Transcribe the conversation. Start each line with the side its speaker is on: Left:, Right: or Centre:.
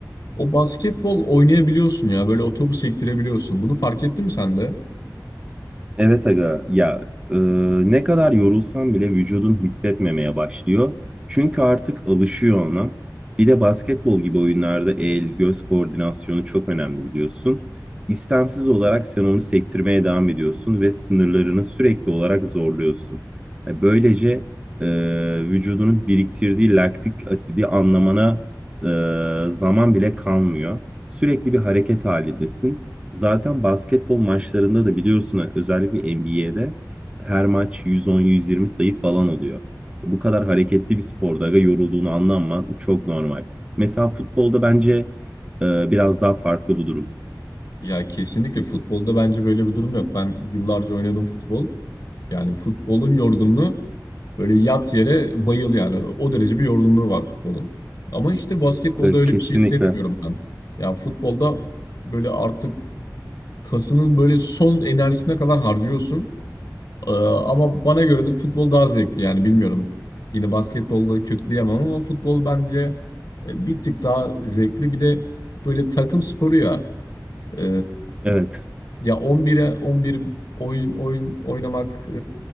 Left: o basketbol oynayabiliyorsun ya. Böyle o topu sektirebiliyorsun. Bunu fark ettin mi sen de?
Right: Evet aga ya e, ne kadar yorulsam bile vücudun hissetmemeye başlıyor. Çünkü artık alışıyor ona. Bir de basketbol gibi oyunlarda el göz koordinasyonu çok önemli biliyorsun. İstemsiz olarak sen onu sektirmeye devam ediyorsun ve sınırlarını sürekli olarak zorluyorsun. Yani böylece e, vücudunun biriktirdiği laktik asidi anlamana e, zaman bile kalmıyor. Sürekli bir hareket halindesin. Zaten basketbol maçlarında da biliyorsun özellikle NBA'de her maç 110-120 sayı falan oluyor. Bu kadar hareketli bir sporda aga yorulduğunu anlaman çok normal. Mesela futbolda bence e, biraz daha farklı bu durum.
Left: Ya kesinlikle futbolda bence böyle bir durum yok. Ben yıllarca oynadım futbol. Yani futbolun yorgunluğu böyle yat yere bayıl yani. O derece bir yorgunluğu var futbolun. Ama işte basketbolda
Right: E,
Left: öyle
Right: Kesinlikle.
Left: bir şey hissetmiyorum ben. Ya futbolda böyle artık kasının böyle son enerjisine kadar harcıyorsun. Ee, ama bana göre de futbol daha zevkli yani bilmiyorum. Yine basketbolda kötü diyemem ama futbol bence e, bir tık daha zevkli. Bir de böyle takım sporu ya. e,
Right: Evet.
Left: ya 11'e 11 oyun oyun oynamak e,